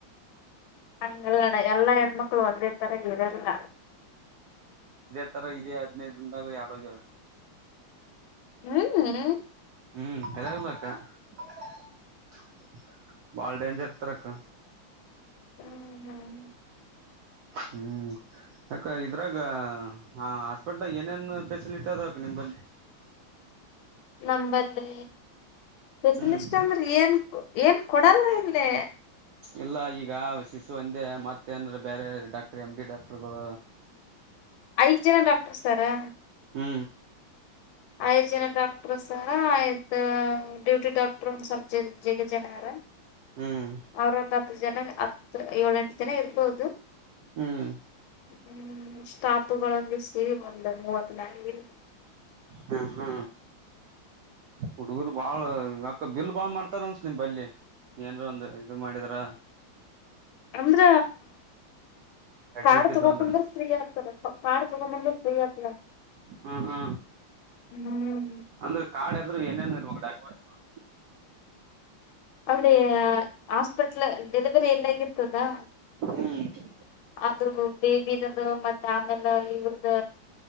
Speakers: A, on the left (about 85°); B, on the right (about 80°).
A: ಹಂಗೆಲ್ಲಾ ಅಣ್ಣ ಎಲ್ಲಾ ಹೆಣ್ಮಕ್ಕಳು ಒಂದತರ ಇರಲ್ಲ
B: ಆ ತರ <unintelligible> ಇದೆ ಹದ್ನೈದಂದಾಗ ಯಡೋಗ್ಯದು
A: ಹ್ಮ್ ಹ್ಮ್
B: ಹ್ಮ್ ರಾಗಲಕ್ಕ <unintelligible> ಬಾಳ ಡೇಂಜರ್ <unintelligible> ಅಕ್ಕ
A: ಹ್ಮ್ ಹ್ಮ್
B: ಹ್ಮ್ ಅಕ್ಕ ಇದ್ರಾಗ ಹಾಸ್ಪಿಟ್ಲ್ ಏನೇನ್ ಫೆಸಿಲಿಟಿ ಅದ ಅ ನಿಮ್ದಲ್ಲಿ <unintelligible>
A: ನಮ್ಮಲ್ಲಿ ಸ್ಪೆಷಲಿಸ್ಟ್
B: ಹ್ಮ್
A: ಅಂದ್ರೆ ಏನ್ ಏನ್ ಕೊಡಲ್ಲ ಇಲ್ಲೇ
B: ಎಲ್ಲ ಈಗ ಶಿಶು ಅಂದೇ ಮತ್ತ ಏನ್ರ ಬೇರೆ ಡಾಕ್ಟರ್ ಎಮ್ ಡಿ ಡಾಕ್ಟರ್ಗಳು
A: ಐದು ಜನ ಡಾಕ್ಟರ್ ಸಾರಾ
B: ಹ್ಮ್
A: ಐದುು ಜನ ಡಾಕ್ಟ್ರ ಸ ಆಯ್ತು ಡ್ಯೂಟಿ ಡಾಕ್ಟ್ರ ಒಂದುಸಲ್ ಜ <unintelligible> ಜಗ ಜನಾರ
B: ಹ್ಮ್
A: ಅವ್ರ ಒಂದ್ ಹತ್ತು ಜನ ಹತ್ತು ಏಳೆಂಟು ಜನ ಇರ್ಬೋದು
B: ಹ್ಮ್
A: ಹ್ಮ್ ಸ್ಟಾಪುಗಳಲ್ಲಿ ಇ ಬಂದು ಮೂವತ್ನ <unintelligible>
B: ಹಾ ಹಾ ಹುಡುಗರು ಬಾಳ ಇವಕ್ಕ ಬಿಲ್ ಬಾವ್ ಮಾಡ್ತಾರನ್ಸ ನಿಮ್ ಬಲ್ಲಿ ಏನ್ರ ಒಂದು ಇದು ಮಾಡಿದ್ರ
A: ಅಂದ್ರ
B: ಅಡ್ಮಿಟ್
A: ಕಾರ್
B: ಇದ್ದು
A: ತಗೊಂಡ್
B: ಅಂದ್ರ
A: ಬಂದ್ರ ಫ್ರೀ ಆಗ್ತದ ಕರ್ ತಗೊಂಬಂದು ಫ್ರೀ ಆಗ್ತಾರೆ
B: ಹ್ಮ ಹ್ಮ
A: ಹ್ಮ್
B: ಅಂದ್ರೆ ಕಾಡೆದ <unintelligible> ಏನೇನು ಇರ್ಮ ಡಾಕ್ಯುಮೆಂಟ್ಸ್ಗಳು
A: ಅಲ್ಲಿ ಆಾಸ್ಪಿಟ್ಲ್ ಡೆಲಿವರಿ ಎಲ್ಲಗರ್ತದಾ
B: ಹ್ಮ್
A: ಆದ್ರೂ ಬೇಬಿದದು ಮತ್ತೆ ಆಮೇಲೆ ಇವ್ರ್ದ